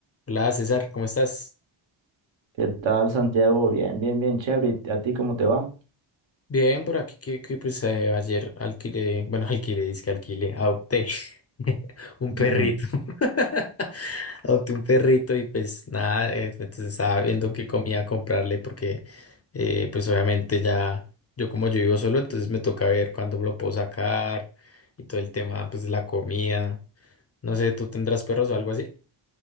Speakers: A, on the left; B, on the right.
A: Hola César, ¿cómo estás?
B: ¿Qué tal, Santiago? Bien, bien, bien, chévere. ¿Y a ti cómo te va?
A: Bien, por aquí que, que, pues eh, ayer alquilé, bueno, <laughs> alquilé, dizque alquilé, adopté <laughs> un
B: Mm.
A: perrito. <laughs> Adopté un perrito y pues nada, eh, entonces estaba viendo qué comía comprarle porque eh, pues obviamente ya, yo como yo vivo solo, entonces me toca ver cuándo lo puedo sacar y todo el tema pues de la comida. No sé, ¿tú tendrás perros o algo así?